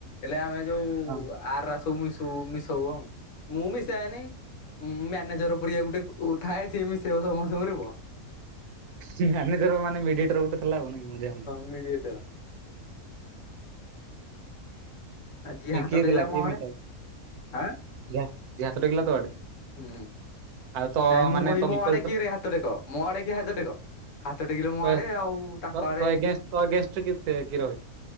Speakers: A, on the left (about 60°); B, on the right (about 85°).
A: ହେଲେ ଆମେ ଯୋଉ
B: ହଁ
A: ଆର ରା ସବୁ ମିସଉ ମିସଉ ଆଉ ମୁଁ ମିସାଏନି ମୁଁ ମ୍ୟା ନେଜର ପରିଆ ଗୋଟେ ଓ ଥାଏ ସିଏ ମିଶେଇବ ସମସ୍ତଙ୍କୁ ରେ ପୁଅ।
B: ମ୍ୟାନେଜର ମାନେ ମିଡିଏଟର ଗୋଟେ ଥିଲା ନୁହେଁ କି ମଝା ମଝି।
A: ମିଡ଼ିିଏଟର ଆ ଯିଏ
B: କିଏ
A: ହାତ
B: କିଏ
A: ଟେକିଲା
B: ଥିଲା କିଏ
A: ମ ଆଡ଼େ
B: ମିଶା
A: ଆଁ
B: ଯାହା ଯାହା ହାତ ଟେକିଲା ତୋ ଆଡେ
A: ହୁଁ।
B: ଆଉ ତ
A: ନାଇଁ ମୁଁ
B: ମାନେ
A: କିହିବି
B: ତୋ
A: ମୋ
B: ବିପରୀତ
A: ଆଡେ କିଏରେ ହାତ ଟେକ ମୋ ଆଡେ କିଏ ହାତ ଟେକ। ହାତ ଟେକିଲେ ମୋ
B: ତୋ
A: ଆଡେ ଆଉ ତାଙ୍କ
B: ତୋ
A: ଆଡେ
B: ତୋ ଏଗେନଷ୍ଟ ତୋ ଏଗେନଷ୍ଟରେ କିଏ ଥି- କିଏ ରହେ